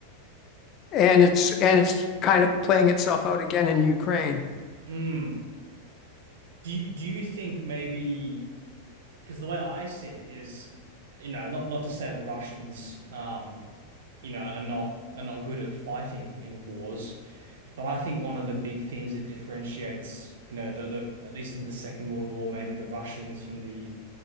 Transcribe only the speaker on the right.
Mm. Do you do you think maybe because the way I see it is, you know, not not to say the Russians um, you know, are not are not good at fighting in wars, but I think one of the big things that differentiates, you know, the, the at least in the Second World War, maybe the Russians from the